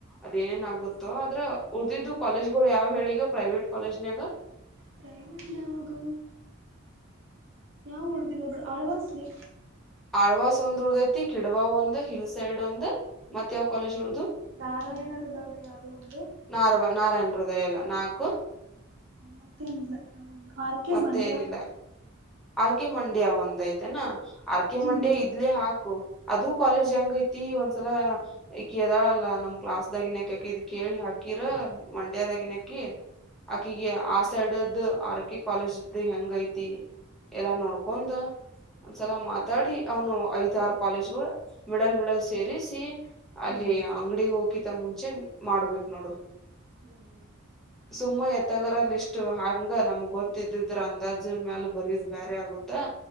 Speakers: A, in the centre; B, on the right (about 65°).
A: ಅದೇನೇನ್ ಆಗುತ್ ಆದ್ರ ಉಳ್ದಿದ್ದು ಕಾಲೇಜ್ ಗಳು ಯಾವ್ ಹೇಳಿ ಈಗ ಪ್ರೈವೇಟ್ ಕಾಲೇಜ್ನಾಗ.
B: ಪ್ರೈವಟ್ಯಾಗ ಯಾವ ಉಳುದಿಲ್ಲ ಬಿಡ ಆಳ್ವಾಸ್ಲಿ.
A: ಆಳ್ವಾಸ್ ಒಂದ್ ಉಲ್ದೈತಿ ಕಿಡಬಾವ್ ಒಂದ್ ಹಿಲ್ ಸೈಡ್ ಒಂದ್ ಮತ್ತ ಯಾವ ಕಾಲೇಜ್ ಉಳ್ವದು
B: ನಾರಾಯಣರ ದಾಳ ಯಾವುದೋ ಒಂದು
A: ನಾರವ ನಾರಾಯಣ ಹೃದಯ ಎಲ್ಲ ನಾಕು
B: ನಮತೇನ ಇಲ್ಲ ನಾವು ಇಲ್ಲ ಆರ್ ಕೆ
A: ಮತ್ತೆ
B: ಮಂಡ್ಯ.
A: ಏನಿಲ್ಲ ಅರ್ಕೆ ಮಂಡ್ಯ ಒಂದ್ ಐತೆನಾ. ಆರ್ಕ
B: ಹ್ಮ್
A: ಮಂಡೆ ಇದ್ಲೇ ಹಾಕು ಅದು ಕಾಲೇಜ್ ಹೆಂಗ ಐ ತಿ ಒಂದ್ಸಲ ಈಕಿ ಎದಾಳಲ್ಲ ನಮ್ ಕ್ಲಾಸ್ ದಾಗಿನಕ ಇದ ಕೇಳಿ ಹಾಕಿರ ಮಂಡ್ಯ <unintelligible> ಆಕಿ ಆ ಸೈಡ್ದ್ ಆರ್ಕಿ ಕಾಲೇಜದ್ ಹೆಂಗ ಐತಿ ಎಲ್ಲಾ ನೋಡ್ಕೊಂದ್ ಒಂದ್ಸಲ ಮಾತಾಡಿ ಅವನು ಐದ ಆರ್ ಕಾಲೇಜ್ ಮಿಡಲ್ ಮಿಡಲ್ ಸೇರಿಸಿ. ಅಲ್ಲಿ
B: ಹ್ಮ್
A: ಅಂಗಡಿ ಹೊಕಿತ ಮುಂಚೆ ಮಾಡ್ಬೇಕ್ ನೋಡು.
B: ಹ್ಮ್
A: ಸುಮ್ಮ ಎತ್ತಗರ ಲ ಇಷ್ಟು ಹಂಗ ನಮ್ಗ್ ಗೊತ್ ತ್ತಿದ್ದಿದ್ರ ಅಂದಾಜಿನ ಮ್ಯಾಲ ಬರಿದ್ ಬೇರೆ ಆಗುತ್ತಾ.